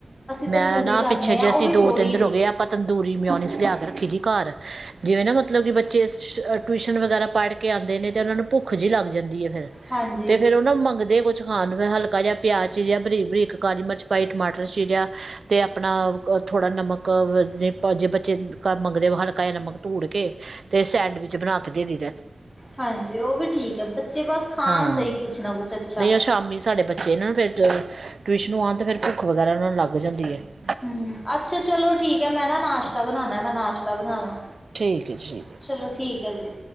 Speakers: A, on the left (about 15°); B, on the right (about 55°).
A: ਤੰਦੂਰੀ
B: ਮੈਂ ਨਾ
A: ਲਾਉਂਦੇ
B: ਪਿੱਛੇ ਜੇ
A: ਹਾਂ ਉਹ
B: ਅਸੀਂ
A: ਵੀ
B: ਦੋ-ਤਿੰਨ
A: ਥੋੜ੍ਹੀ
B: ਦਿਨ
A: ਜਿਹੀ
B: ਹੋ ਗਏ ਆਪਾ ਤੰਦੂਰੀ ਮਿਉਨਿਜ਼ ਲਿਆ ਕੇ ਰੱਖੀਦੀ ਘਰ ਜਿਵੇਂ ਨਾ ਮਤਲਬ ਕਿ ਬੱਚੇ ਟਿਊਸ਼ਨ ਵਗੈਰਾ ਪੜ੍ਹ ਕੇ ਆਉਂਦੇ ਨੇ ਤੇ ਉਹਨਾਂ ਨੂੰ ਭੁੱਖ ਜਿਹੀ ਲੱਗ ਜਾਂਦੀ ਫਿਰ
A: ਹਾਂਜੀ
B: ਤੇ ਫੇਰ ਉਹਨਾ ਮੰਗਦੇ ਕੁਛ ਖਾਣ ਨੂੰ ਫਿਰ ਹਲਕਾ ਜਿਹਾ ਪਿਆਜ ਚੀਰਿਆ ਬਰੀਕ-ਬਰੀਕ ਕਾਲੀ ਮਿਰਚ ਪਾਈ, ਟਮਾਟਰ ਚੀਰਿਆ ਤੇ ਆਪਣਾ ਓ ਥੋੜ੍ਹਾ ਨਮਕ ਜੇ ਬੱਚੇ ਕ ਮੰਗਦੇ ਹਲਕਾ ਜਿਹਾ ਨਮਕ ਧੂੜ ਕੇ ਤੇ ਸੈਂਡਵਿਚ ਬਣਾ ਕੇ ਦੇ ਦਈ ਦੈ।
A: ਹਾਂਜੀ ਉਹ ਵੀ ਠੀਕ ਐ, ਬੱਚੇ ਬਸ ਖਾਣ
B: ਹਾਂ
A: ਸਹੀ ਕੁਛ ਨਾ ਕੁਛ ਅੱਛਾ।
B: ਨਹੀਂ ਉਹ ਸ਼ਾਮੀ ਸਾਡੇ ਬੱਚੇ ਨਾ ਫਿਰ ਟਿਊਸ਼ਨੋ ਨੂੰ ਆਉਣ ਤਾਂ ਫਿਰ ਭੁੱਖ ਵਗੈਰਾ ਉਹਨਾਂ ਨੂੰ ਲੱਗ ਜਾਂਦੀ ਐ।
A: ਹੂੰ ਅੱਛਾ ਚਲੋ ਠੀਕ ਐ, ਮੈਂ ਨਾ ਨਾਸ਼ਤਾ ਬਣਾਣਾ ਮੈਂ ਨਾਸ਼ਤਾ ਬਣਾ ਲਾ।
B: ਠੀਕ ਹੈ ਜੀ ਠੀਕ
A: ਚਲੋ ਠੀਕ ਐ ਜੀ।